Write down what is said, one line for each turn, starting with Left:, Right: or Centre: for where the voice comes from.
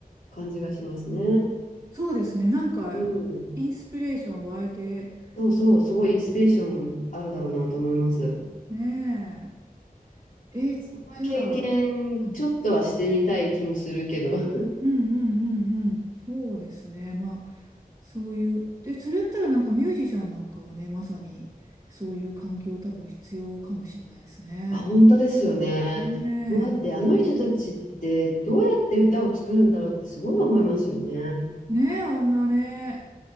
Left: 感じがしますね。
Right: そうですね。なんか、
Left: うん。
Right: インスピレーション湧いて、
Left: そうそう、すごいインスピレーションあるだろうなと思います。
Right: そうですね。ねえ。え、
Left: そんな経験、
Right: じゃあ、うん
Left: ちょっとはしてみたい気もするけど。<laughs>
Right: うんうんうんうん。そうですね。まあ、そういう。で、それやったらなんかミュージシャンなんかはね、まさにそういう環境多分必要かもしれないですね。
Left: あ、本当ですよね。
Right: ね
Left: もうだってあの人たちってどうやって歌を作るんだろうってすごい思いますよね。
Right: え。ねえ、あんなね。